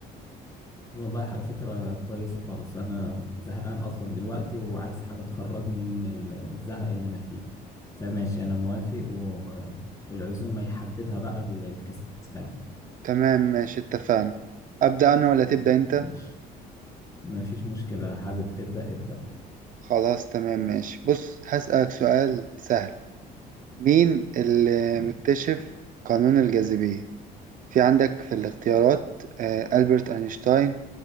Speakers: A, on the left; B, on the right.
A: والله حاجة فكرة كويسة خالص أنا زهقان أصلا دلوقتي وعايز حاجة تخرجني من ال- الزهق اللي أنا فيه فماشي أنا موافق والعزومة يحددها بقى ال- الكسبان
B: تمام ماشي اتفقنا أبدأ أنا ولا تبدأ
A: م-
B: أنت؟
A: ماشي مفيش مشكلة حابب تبدأ ابدأ
B: خلاص تمام ماشي بص هسألك سؤال سهل مين اللي
A: تمام.
B: مكتشف قانون الجاذبية؟ في عندك في الاختيارات آه، ألبرت أينشتاين